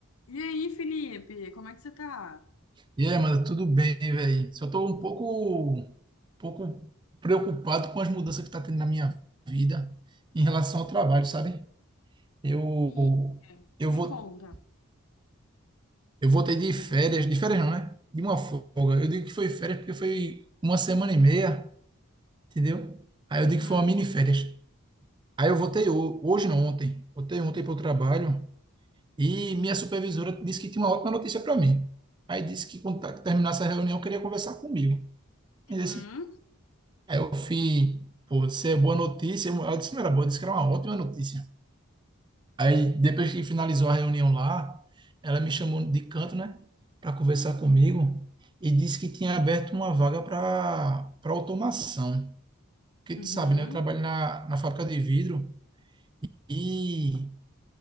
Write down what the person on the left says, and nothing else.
E aí, Felipe, como é que você tá?
Ih,
me
conta.
Uhum,
uhum,
uhum.